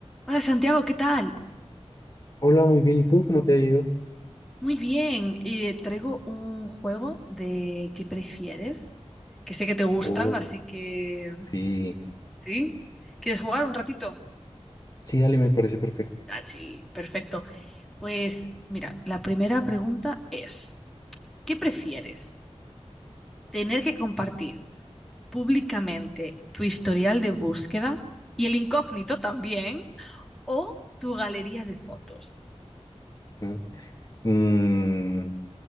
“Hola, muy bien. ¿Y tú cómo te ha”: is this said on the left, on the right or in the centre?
Left